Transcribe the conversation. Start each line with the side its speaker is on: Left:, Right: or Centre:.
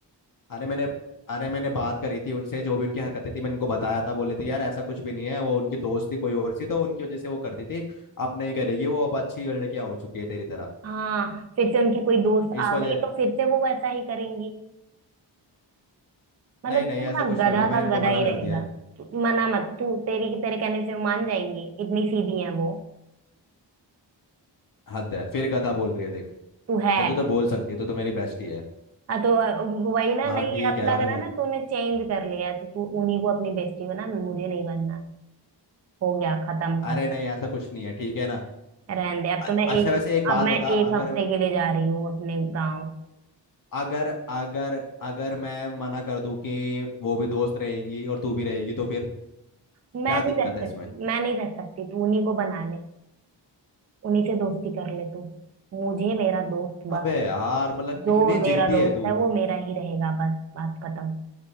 Left: अरे मैंने अरे मैंने बात करी थी उनसे जो भी उनकी हरकतें थी मैंने उनको बताया था बोले थे यार ऐसा कुछ भी नहीं है वो उनकी दोस्त थी कोई और सी तो उनकी वजह से वो करती थी अब नहीं करेगी वो अब अच्छी लड़कियां हो चुकी है तेरी तरह
Right: हाँ फिर से उनकी कोई दोस्त
Left: इस
Right: आ
Left: वजह
Right: गई तो फिर से वो वैसा ही करेंगी मतलब
Left: नहीं नहीं
Right: तू ना
Left: ऐसा कुछ नहीं
Right: गधा
Left: होगा मैंने
Right: का
Left: इनको
Right: गधा ही
Left: मना
Right: रहेगा
Left: कर दिया है
Right: तू- मना मत तू तेरी तेरे कहने से वो मान जाएंगी इतनी सीधी है वो
Left: हद है फिर गधा बोल रही है देख
Right: तू है
Left: चल तू तो बोल सकती है तू तो मेरी बेस्टी है
Right: हाँ तो वही ना
Left: हाँ
Right: नहीं
Left: ठीक
Right: अब
Left: है
Right: लग रहा
Left: हूँ
Right: ना तूने चेंज कर लिया है, तो तू उन्हीं को अपनी बेस्टी बना मुझे नहीं बनना हो गया खत्म खत्म
Left: अरे नहीं ऐसा कुछ नहीं है ठीक है ना
Right: रहने दे अब
Left: अ-
Right: तो मैं
Left: अच्छा
Right: एक
Left: वैसे एक बात
Right: अब मैं
Left: बता
Right: एक
Left: अगर
Right: हफ्ते के लिए जा रही हूँ अपने गाँव
Left: अगर अगर अगर मैं मना कर दूं कि वो भी दोस्त रहेंगी और तू भी रहेगी तो फिर
Right: मैं
Left: क्या
Right: नहीं
Left: दिक्कत
Right: रह सकती
Left: है इसमें
Right: मैं नहीं रह सकती तू उन्हीं को बना ले उन्हीं से दोस्ती कर ले तू मुझे मेरा दोस्त बस
Left: अबे यार मतलब
Right: जो
Left: कितनी
Right: मेरा
Left: जिद्दी
Right: दोस्त
Left: है तू
Right: है वो मेरा ही रहेगा बस बात खत्म